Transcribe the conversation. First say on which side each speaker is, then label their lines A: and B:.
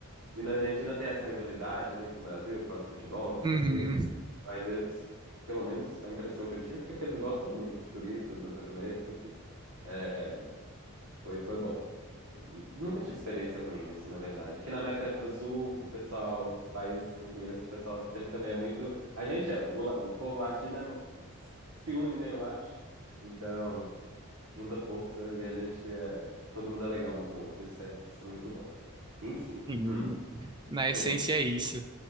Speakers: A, on the right; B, on the right.
A: E na Argentina tem essa rivalidade, né, com o Brasil, por causa do futebol, não sei
B: Uhum,
A: o quê. Mas eles, pelo menos a impressão que eu tive foi que eles gostam muito de turistas brasileiros, enfim. É, foi, foi bom. Nunca tive experiência ruim, assim, na verdade. Aqui na América do Sul, o pessoal, os países que eu conheço, o pessoal sempre também é muito. A gente, é- o, la- o povo latino é- se une, né, eu acho. Então, junta força e a gente é. Todo mundo é legal um com o outro. Isso é, isso é muito bom. Enfim.
B: sim,
A: hum,
B: na essência
A: é,
B: é isso.